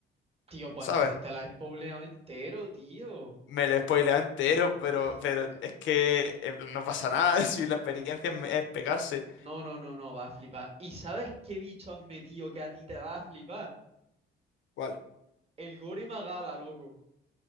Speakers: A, on the right; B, on the left.
A: Tío, pues
B: ¿sabes?
A: entonces te la has spoileado entero, tío.
B: Me lo he spoileado entero, pero,
A: Joder.
B: pero es que eh, no pasa nada <laughs> si la experiencia es es pegarse.
A: No, no, no, no, va a flipar. ¿Y sabes qué bicho han metido que a ti te va a flipar?
B: ¿Cuál?
A: El Gore Magala, loco.